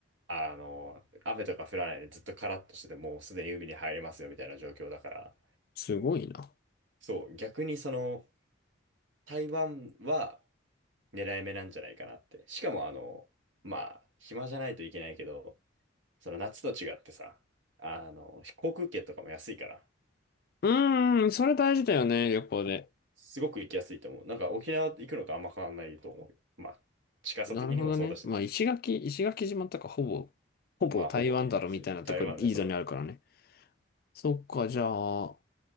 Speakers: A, on the right; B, on the left.
A: あの、雨とか降らないでずっとカラッとしててもうすでに海に入れますよみたいな状況だから、
B: すごいな。
A: そう、逆にその、台湾は狙い目なんじゃないかなって。しかもあの、まあ、暇じゃないといけないけど、その夏と違ってさ、あの、航空券とかも安いから、
B: うーん、それ大事だよね、旅行で。
A: すごく行きやすいと思う。なんか沖縄行くのとあんま変わんないと思うよ。まあ、近さ的にもそうだしね。
B: なるほどね。まあ、石垣、石垣島とかほぼ、ほぼ台湾だろみたいなところ、
A: まあ、ほぼね、台湾ね、
B: いいぞにあるからね。
A: そう、
B: そっか、じゃあ、